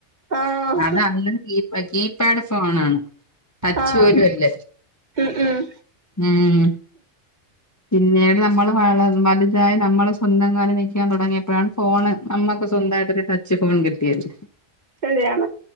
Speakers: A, on the right; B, on the left.
A: ആഹ്
B: അത് അന്ന് കീപാ കീപാഡ് ഫോണാണ് ടച്ച്
A: ആഹ്
B: പോലു അല്ല.
A: ഉം ഉം
B: ഉം പിന്നീട് നമ്മള് വളർന്ന് വലുതായി നമ്മള് സ്വന്തം കാലി നിക്കാൻ തൊടങ്ങിയപ്പഴാണ് ഫോണ് നമ്മക്ക് സ്വന്തായിട്ടൊര് ടച്ച് ഫോൺ കിട്ടിയത്.
A: ശരിയാണ്.